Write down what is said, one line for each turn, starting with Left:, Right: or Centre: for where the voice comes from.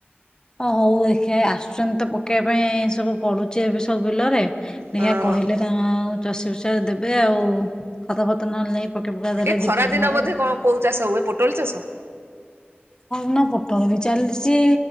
Left: ହଁ ହଉ ଦେଖିବା ଆସୁଛନ୍ତି ତ ପକେଇବା ପାଇଁ-ଇଁ-ଇଁ ସବୁ ପଡ଼ୁଛି ଏବେ ସବୁ ବିଲରେ ଦେଖିବା
Right: ହଁ
Left: କହିଲେ ନା-ନା-ନା ଆଉ ଚଷି ଫଷା ଦେବେ ଆଉ ଖତ ଫତ ନହେଲେ। ପକେଇ ପକା ଦେଲେ
Right: ଏ ଖରା
Left: ଦି ଟ୍ରିପ୍
Right: ଦିନ
Left: ହବ।
Right: ବୋଧେ କଣ କୋଉ ଚାଷ ହୁଏ ପୋଟଲ ଚାଷ।
Left: ହଉନା ପୋଟଳ ବି ଚାଲିଛି